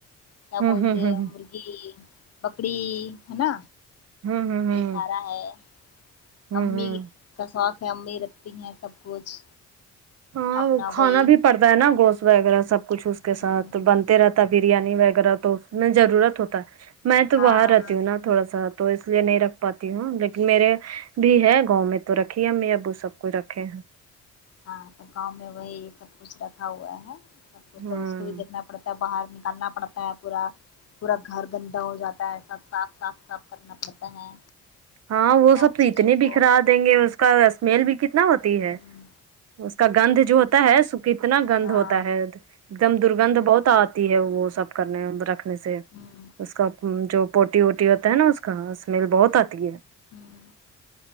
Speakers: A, on the left; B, on the right.
A: کیا
B: ہ
A: بولتے
B: ہ ہ ہ ہ
A: مرغی بکڑی ہے نا
B: ہ ہ
A: یہ سارا ہے
B: ہ
A: امی
B: ہ
A: کا شوق ہے امی رکھتی ہیں سب کچھ
B: ہاں
A: اپنا
B: وہ کھانا
A: وہی
B: بھی پڑتا ہے نا گوشت وغیرہ سب کچھ اس کے
A: ہاں
B: ساتھ بنتے رہتا بریانی وغیرہ تو اس میں ضرورت ہوتا میں تو
A: ہاں
B: باہر رہتی ہوں نا تھوڑا سا تو اس لیے نہیں رکھ پاتی ہوں لیکن میرے بھی ہے گاؤں میں تو رکھی ہے امی ابو سب کوھ رکھے ہیں
A: ہاں تو گاؤں میں وہی سب کچھ رکھا ہوا ہے سب
B: ہوں
A: اس کو بھی دیکھنا پڑتا ہے باہر نکالنا پڑتا ہے پورا پورا گھر گندا ہو جاتا ہے سب صاف صاف صاف کرنا پڑتا ہے
B: ہاں وہ
A: ساری
B: سب تو اتنے
A: چیزوں کو
B: بکھرا دیں گے اس کا اسمیل بھی کتنا ہوتا
A: ہ
B: ہے اس کا گند جو ہوتا ہے س کتنا گند
A: ہاں
B: ہوتا ہے ایک دم درگندھ بہت آتی ہے وہ سب کرنے رکھنے سے
A: ہوں
B: اس کا جو پوٹی ووٹی ہوتا ہے نا اس کا اسمیل بہت آتی ہے
A: ہوں